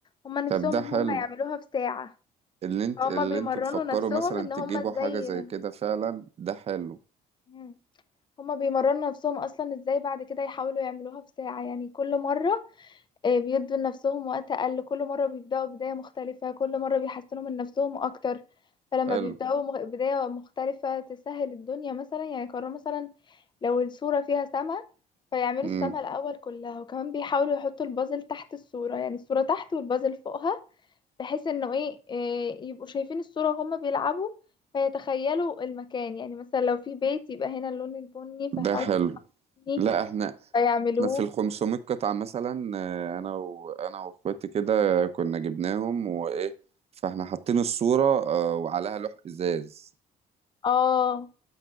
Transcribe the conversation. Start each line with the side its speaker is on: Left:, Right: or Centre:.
Left: هما نفسهم
Right: طب ده
Left: ان
Right: حلو
Left: هما يعملوها في ساعة
Right: اللي انت
Left: هما
Right: اللي
Left: بيمرنوا
Right: انتوا تفكروا
Left: نفسهم
Right: مثلا
Left: ان هما
Right: تجيبوا
Left: ازاي
Right: حاجة زي كده فعلا ده حلو
Left: مم. هما بيمرنوا نفسهم اصلا ازاي بعد كده يحاولوا يعملوها في ساعة يعني كل مرة آه، بيدوا لنفسهم وقت أقل كل مرة بيبدأوا بداية مختلفة كل مرة بيحسنوا من نفسهم أكتر فلما
Right: حلو
Left: بيبدأوا مغ- بداية مختلفة تسهل الدنيا مثلا يعني قرروا مثلا لو الصورة فيها سما فيعملوا
Right: امم
Left: السما الأول كلها وكمان بيحاولوا يحطوا البازل تحت الصورة يعني الصورة تحت والبازل فوقها بحيث انه ايه آه، يبقوا شايفين الصورة وهما بيلعبوا فيتخيلوا المكان يعني مثلا لو في بيت يبقى هنا اللون البني
Right: ده
Left: فيحاولوا
Right: حلو
Left: البني
Right: لا احنا
Left: فيعملوه
Right: احنا في ال 500 قطعة مثلا آه، انا وانا واخواتي كده كنا جبناهم وايه فاحنا حاطين الصورة آه، وعليها لوح ازاز
Left: اه